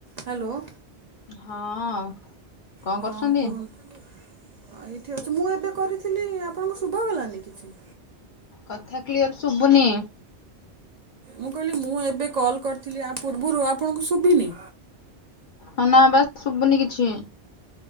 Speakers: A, on the right (about 50°); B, on the left (about 55°).
A: Hello
B: ହଁ କଣ
A: ହଁ
B: କରୁଛନ୍ତି?
A: କୁହନ୍ତୁ ଏଇଠି ଅଛି ମୁଁ ଏବେ କରିଥିଲି ଆପଣଙ୍କ ଶୁଭ ହେଲାନି କିଛି
B: କଥା କ୍ଲିୟର ଶୁଭୁନି
A: ମୁଁ କହିଲି ମୁଁ ଏବେ କଲ୍ କରିଥିଲି ଆ ପୂର୍ବରୁ ଆପଣଙ୍କୁ ଶୁଭିନି
B: ହଁ ନା ବାସ୍ ଶୁଭୁନି କିଛି